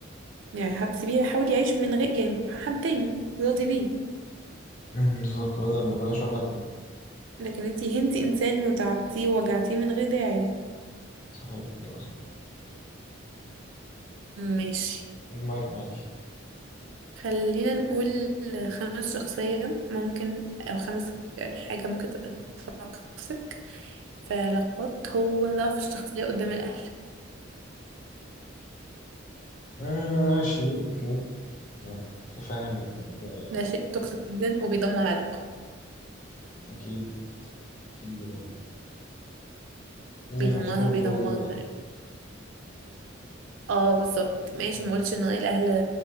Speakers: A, on the right; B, on the left.
A: يعني حد سيبيه يحاول يعيش من غير يعني مع حد تاني راضي بيه
B: مم، بالظبط بدل بلاش وجع دماغ
A: لكن انت هنتي انسان وتعبتيه ووجعتيه من غير داعي يعني.
B: صحيح إجابة صح
A: ماشي
B: المايك معاكي
A: خلينا نقول خمس شخصية ممكن أو خمس يعني حاجة ممكن تبقى توكسيك في علاقات هو ضعف الشخصية قدام الأهل
B: مم، ماشي اوكي اوكي تفهم الموضوع يعني
A: ده شيء توكسيك جدا وبيدمر علاقة
B: اكيد اكيد بجد لازم
A: بيدمرها
B: يكون في كنترول
A: بيدمرها
B: و
A: يعني. اه بالظبط ماشي
B: مم،
A: مقولش ان رأي الأهل